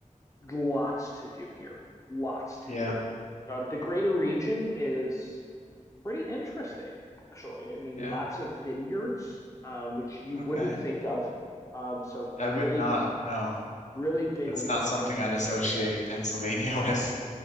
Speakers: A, on the left (about 25°); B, on the left (about 60°).
A: lots to do here. Lots to
B: Yeah.
A: do. Um, the greater region is pretty interesting, actually. I mean,
B: Yeah.
A: lots of vineyards, um, which you
B: Okay.
A: wouldn't think of. Um, so
B: I
A: really
B: would not. No,
A: really big
B: that's
A: wine
B: not something I'd associate
A: area.
B: Pennsylvania <laughs> with.